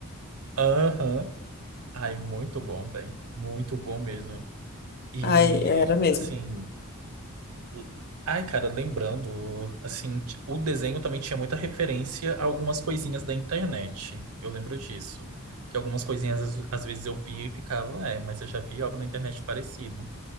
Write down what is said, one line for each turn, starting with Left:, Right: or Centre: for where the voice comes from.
Right: Aham. Ai, muito bom, velho. Muito bom mesmo. E,
Left: Ai, era mesmo.
Right: assim. l- Ai, cara, lembrando, assim, t- o desenho também tinha muita referência a algumas coisinhas da internet. Eu lembro disso. Que algumas coisinhas às às vezes eu via e ficava, é, mas eu já vi algo na internet parecido.